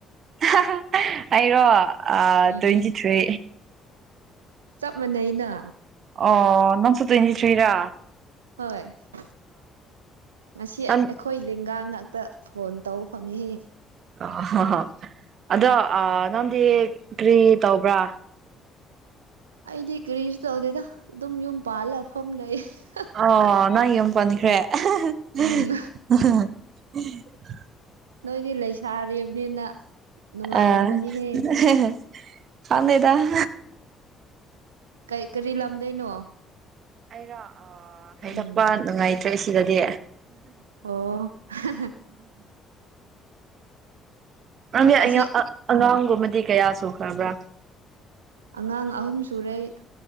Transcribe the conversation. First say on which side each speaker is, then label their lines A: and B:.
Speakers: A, on the right; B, on the right.
A: <unintelligible> ꯑꯩꯔꯣ ꯑꯥ
B: ꯎꯝ
A: ꯇ꯭ꯋꯦꯟꯇꯤ
B: ꯎꯝ
A: ꯊ꯭ꯔꯤ
B: ꯆꯞ ꯃꯥꯟꯅꯩꯩꯅ
A: ꯑꯣ ꯅꯪꯁꯨ ꯇ꯭ꯋꯦꯟꯇꯤ ꯊ꯭ꯔꯤꯔꯥ
B: ꯍꯣꯏ ꯑꯁꯤ ꯑꯩꯈꯣꯏ
A: ꯅꯪ
B: ꯑꯩꯈꯣꯏ ꯂꯦꯡꯒꯥ ꯉꯥꯛꯇ ꯐꯣꯟ ꯇꯧꯕ ꯐꯪꯉꯦꯍꯦ
A: ꯑ ꯍꯣ ꯍꯣ ꯑꯗꯣ ꯑꯥ ꯅꯪꯗꯤ ꯀꯔꯤ ꯇꯧꯕ꯭ꯔꯥ
B: ꯑꯩꯗꯤ ꯀꯔꯤꯁꯨ ꯇꯧꯗꯦꯗ ꯑꯗꯨꯝ ꯌꯨꯝ ꯄꯥꯜꯂ ꯐꯝ ꯂꯩ <unintelligible>
A: ꯑꯣ ꯅꯪ ꯌꯨꯝ ꯄꯟꯈ꯭ꯔꯦ <unintelligible>
B: ꯎꯝ ꯅꯣꯏꯗꯤ ꯂꯩꯁꯥꯔꯤꯕꯅꯤꯅ ꯅꯨꯡꯉꯥꯏꯔꯝꯃꯅꯤꯍꯦ
A: ꯑꯥ <unintelligible> ꯈꯪꯗꯦꯗ <unintelligible>
B: ꯀꯩ ꯀꯔꯤ ꯂꯝꯗꯩꯅꯣ
A: ꯑꯩꯔꯣ ꯑꯥ ꯍꯥꯏꯗꯣꯛꯄ
B: ꯎꯝ
A: ꯅꯨꯡꯉꯥꯏꯇ꯭ꯔꯦ ꯁꯤꯗꯗꯤ
B: ꯑꯣ <unintelligible>
A: ꯅꯪꯒꯤ <unintelligible>
B: ꯑꯁꯤ
A: ꯑꯉꯥꯡꯒꯨꯝꯕꯗꯤ ꯀꯌꯥ ꯁꯨꯈ꯭ꯔꯕ꯭ꯔꯥ
B: ꯑꯉꯥꯡ ꯑꯍꯨꯝ ꯁꯨꯔꯦ ꯑꯩ